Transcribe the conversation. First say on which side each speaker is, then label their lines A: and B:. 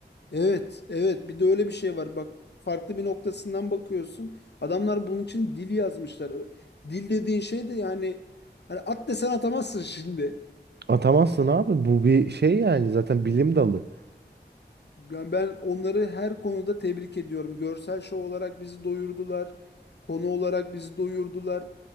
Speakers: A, on the left; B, on the right.
A: Evet, evet. Bir de öyle bir şey var. Bak farklı bir noktasından bakıyorsun. Adamlar bunun için dil yazmışlar. Ö- Dil dediğin şey de yani hani at desen atamazsın şimdi.
B: Atamazsın abi. Bu bir şey yani zaten bilim dalı.
A: Yani ben onları her konuda tebrik ediyorum. Görsel şov olarak bizi doyurdular. Konu olarak bizi doyurdular.